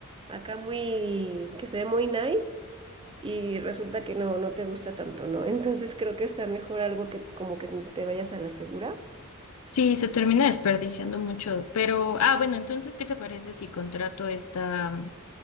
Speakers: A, on the right; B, on the left.
A: acá muy, que se ve muy nice. Y resulta que no, no te gusta tanto, ¿no? <laughs> Entonces creo que está mejor algo que como que te vayas a la segura.
B: Sí, se termina desperdiciando mucho, pero, ah, bueno, entonces, ¿qué te parece si contrato esta...